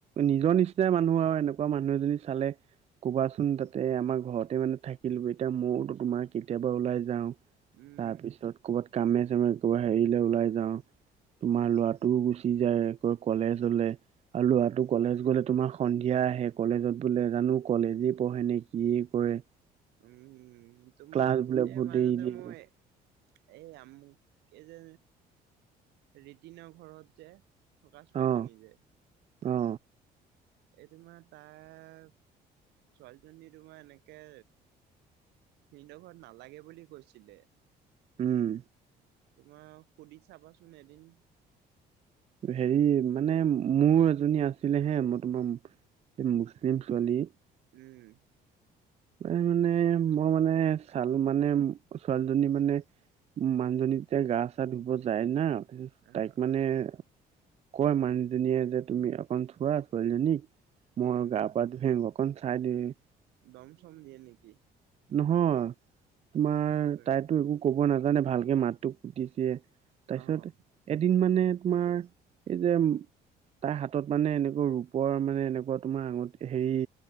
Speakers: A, on the right; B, on the right.
A: নিজৰ নিচিনাই মানুহ আৰু এনেকুৱা মানুহ এজনী চালে- ক'বাচোন তাতে আমাৰ ঘৰতে মানে থাকিলো এতিয়া ময়তো তোমাৰ কেতিয়াবা ওলাই যাওঁ।
B: উম
A: তাৰ পিছত কৰ'ৰবাত কামে চামে কৰবাত হেৰিলৈ ওলাই যাওঁ। তোমাৰ ল'ৰাটোও গুচি যায় আকৌ কলেজলে। আৰু ল'ৰাটো কলেজ গলে তোমাৰ সন্ধিয়া আহে, কলেজত বোলে জানো কলেজে পঢ়ে নেকি- কি কৰে।
B: উম তোমাৰ
A: ক্লাছ বোলে
B: এই
A: বহুত
B: মাজতে
A: দেৰি দেৰি
B: মই- এই আমুক এই যে ৰিতিনৰ ঘৰত যে- থকা ছোৱালীজনী
A: অ
B: যে-
A: অ
B: এই তোমাৰ তাৰ ছোৱালীজনী তোমাৰ এনেকে- ভিনদেউ ঘৰত নালাগে বুলি কৈছিলে।
A: উম।
B: তোমাৰ সুধি চাবাচোন এদিন।
A: হেৰি মানে মোৰ এজনী আছিলে হে মই তোমাৰ- এই মুছলিম ছোৱালী।
B: উম
A: ম মানে মই মানে চালো মানে ছোৱালীজনী মানে- উ মানুহজনী তেতিয়া গা চা ধুব যায় না
B: আহ
A: তাইক মানে- কয় মানুহজনীয়ে যে তুমি অকন চোৱা ছোৱালীজনীক মই
B: উম
A: গা- বাট ভেং অকখন চাইডে -
B: দম চম দিয়ে নেকি?
A: নহয় তোমাৰ
B: কি কয়
A: তাইতো একো- ক'ব নাজানে ভালকে মাতটো পুতিছে তাৰপিছত
B: আহ
A: এদিন মানে তোমাৰ এই যে তাৰ হাতত মানে এনেকুৱা ৰূপৰ মানে এনেকুৱা তোমাৰ আঙঠ হেৰি